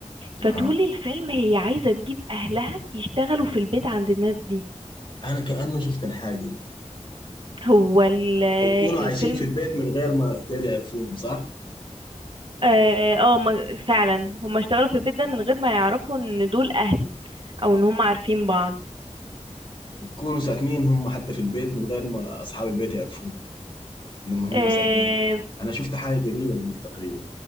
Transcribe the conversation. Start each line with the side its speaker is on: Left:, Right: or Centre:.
Left: اها
Right: فطول الفيلم هي عايزة تجيب أهلها يشتغلوا في البيت عند الناس دي
Left: انا كأنه شفت الحاجة دي
Right: هو ال-
Left: وبكونوا
Right: الفيلم
Left: عايشين في البيت من غير ما ديل يعرفوهم صح
Right: اه آه، ما- فعلا هما اشتغلوا في البيت ده من غير ما يعرفوا ان دول أهل أو ان هما عارفين بعض
Left: وبكونوا ساكنين هم حتى في البيت من غير ما اصحاب البيت يعرفوهم انهم هم
Right: آه،
Left: ساكنين انا شفت حاجة قريبة من دي تقريبا